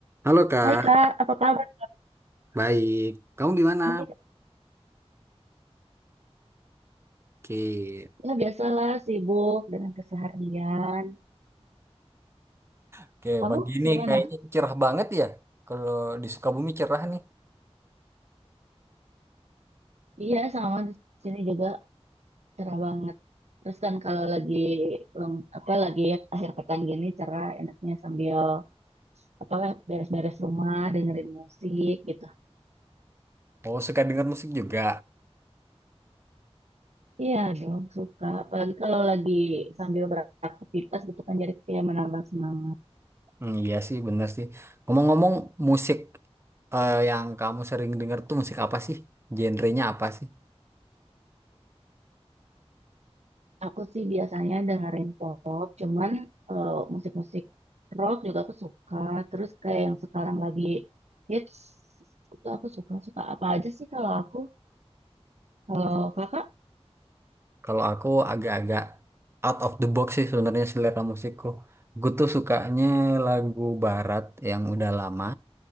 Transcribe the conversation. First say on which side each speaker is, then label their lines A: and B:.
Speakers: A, on the right; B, on the right.
A: Halo Kak,
B: Hai Kak, apa kabar?
A: baik. Kamu gimana?
B: Baik.
A: Oke.
B: Ya biasalah sibuk dengan keseharian.
A: Oke,
B: Kamu
A: pagi ini
B: gimana?
A: kayaknya cerah banget ya. Kalau di Sukabumi cerah nih.
B: Iya sama di sini juga cerah banget. Terus kan kalau lagi leng- apa lagi ya, akhir pekan gini cerah enaknya sambil apa beres-beres rumah dengerin musik gitu.
A: Oh, suka dengar musik juga.
B: Iya dong suka. Apalagi kalau lagi sambil beraktivitas gitu kan jadi kayak menambah semangat.
A: Hmm, iya sih, bener sih. Ngomong-ngomong, musik eh, yang kamu sering dengar tuh musik apa sih? Genrenya apa sih?
B: Aku sih biasanya dengerin pop, cuman eh, musik-musik rock juga aku suka. Terus kayak yang sekarang lagi hits, itu aku suka-suka. Apa aja sih kalau aku? Kalau kakak?
A: Kalau aku agak-agak out of the box sih sebenarnya selera musikku. Aku tuh sukanya lagu barat yang udah lama,